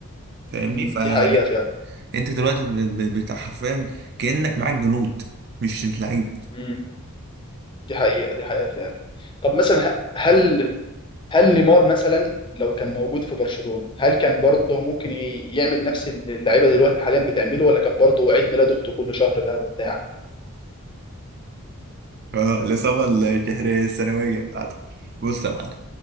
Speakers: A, on the right; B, on the left.
A: فاهمني
B: مم.
A: فانت
B: دي حقيقه فعلا
A: دلوقتي ب- ب- بتاع حرفيا كأنك معاك جنود مش مش لعيبة
B: مم. دي حقيقه دي حقيقه فعلا طب مثلا ه- هل هل نيمار مثلا لو كان موجود في برشلونه هل كان برضه ممكن ي- يعمل نفس اللي اللعيبه دلوقتي حاليا بتعمله ولا كان برضه عيد ميلاده كله شهر ده وبتاع
A: اه الإصابة الشهرية السنوية بتاعتك بص يا معلم